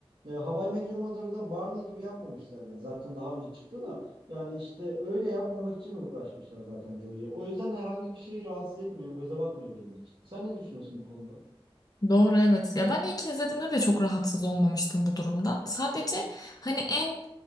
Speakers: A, on the right; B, on the left.
A: e, How I Met Your Mother'da Barney gibi yapmamışlar yani. Zaten daha önce çıktı da yani işte öyle yapmamak için uğraşmışlar zaten Joey'yi. O yüzden herhangi bir şey rahatsız etmiyor, göze batmıyor benim için. Sen ne düşünüyorsun bu konuda?
B: Doğru evet. Ya ben ilk izlediğimde de çok rahatsız olmamıştım bu durumdan. Sadece hani en